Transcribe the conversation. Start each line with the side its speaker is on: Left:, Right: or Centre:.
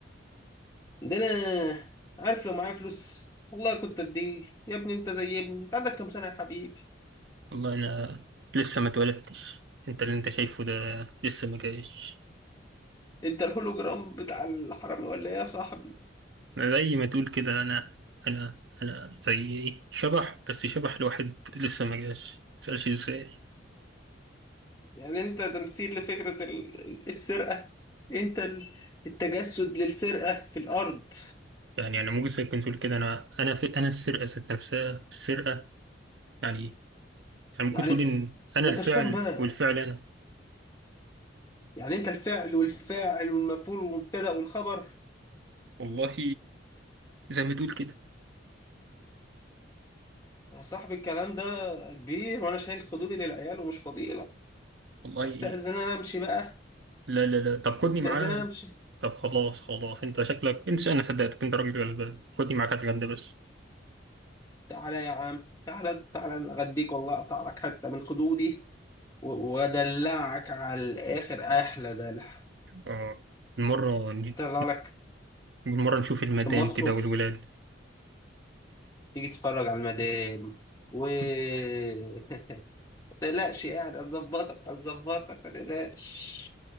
Left: عندنا عارف لو معايا فلوس والله كنت اديه يا ابني انت زي ابني انت عندك كام سنة يا حبيبي
Right: والله انا لسه ما اتولدتش انت اللي انت شايفه ده لسه ما جايش
Left: انت الهولوجرام بتاع الحرامي ولا ايه يا صاحبي
Right: أنا زي ما تقول كده انا انا انا زي ايه شبح بس شبح لواحد لسه ما جاش ما تسألش ازاي
Left: يعني انت تمثيل لفكرة ال- ال- السرقة انت ال- التجسد للسرقة في الارض
Right: يعني انا ممكن زي كنت تقول كده انا انا في انا السرقة ذات نفسها السرقة يعني يعني
Left: يعني
Right: ممكن تقول إن أنا
Left: ده
Right: الفعل
Left: انت شطان بقى
Right: والفعل أنا
Left: يعني انت الفعل والفاعل والمفعول والمبتدأ والخبر
Right: والله زي ما تقول كده
Left: يا صاحبي الكلام ده كبير وانا شايل خدودي للعيال ومش فاضي
Right: والله
Left: استأذن انا امشي بقى
Right: لا لا لا طب خدني
Left: استأذن
Right: معاه
Left: انا امشي
Right: طب خلاص خلاص أنت شكلك أنت أنا صدقتك أنت راجل غلبان خدني معاك هتغدى بس
Left: تعالى يا عم تعالى تعالى أنا اغديك والله اقطع لك حتة من خدودي و- وادلعك على الاخر احلى دلع
Right: آه المرة نجي-
Left: طلع لك
Right: المرة نشوف المدام
Left: تمصمص
Right: كده والولاد
Left: تيجي تتفرج على المدام و
Right: <laughs>
Left: <laughs> ما تقلقش يعني هتظبطك هتظبطك ما تقلقش